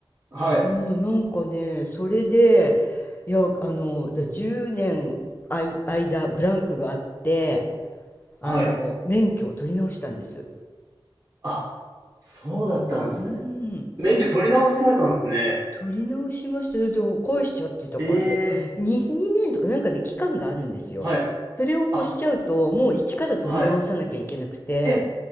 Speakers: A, on the right; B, on the left.
A: はい、
B: うん、なんかね、それで、いや、あの、だ10年あい、間、ブランクがあって、あの、
A: はい。
B: 免許を取り直したんです。
A: あ、そうだったんですね。
B: うん。
A: 免許取り直されたんですね。
B: 取り直しました。で返しちゃってたから、
A: ええ、
B: で、に2年とかなんかね、期間があるんですよ。
A: はい。
B: それを越しちゃうと、
A: あ、
B: もう一から取り直さなきゃいけなくて、
A: はい。え、